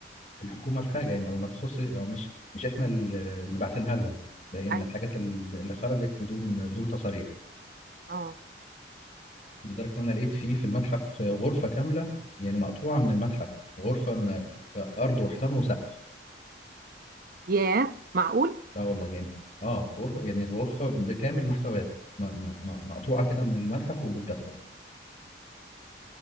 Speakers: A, on the left (about 40°); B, on the right (about 55°).
A: الحكومة في حاجة يعني او ما تخص او مش مش احنا اللي اللي باعتينها لهم ده هي من
B: أيوه
A: الحاجات اللي خرجت بدون بدون تصاريح
B: اه
A: لدرجة إن أنا لقيت فيه في المتحف غرفة كاملة يعني مقطوعة من المتحف غرفة من أرض وحيطان وسقف
B: ياه معقول؟
A: لا والله يعني آه غرفة يعني الغرفة بكامل محتوياتها م- م- م- مقطوعة كده من المتحف ومتاخدة